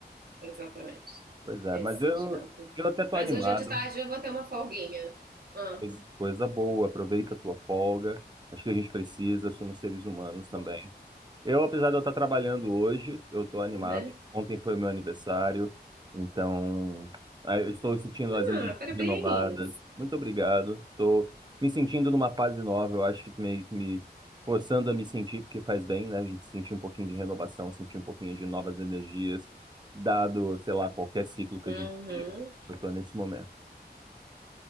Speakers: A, on the right; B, on the right.
A: exatamente.
B: Pois é,
A: Esse
B: mas
A: sentimento.
B: eu eu até tô
A: Mas
B: animado.
A: hoje é de tarde eu vou ter uma folguinha. Ah,
B: Coisa, coisa boa, aproveita a tua folga. Acho que a gente precisa, somos seres humanos também.
A: vou,
B: Eu, apesar de eu estar trabalhando hoje, eu estou animado.
A: né?
B: Ontem foi meu aniversário, então ah, eu estou sentindo
A: Ah,
B: as energias
A: parabéns.
B: renovadas. Muito obrigado. Estou me sentindo numa fase nova. Eu acho que meio que me forçando a me sentir, porque faz bem, né? A gente sentir um pouquinho de renovação, sentir um pouquinho de novas energias, dado, sei lá, qualquer ciclo que
A: Uhum,
B: a gente vive. Eu estou nesse momento.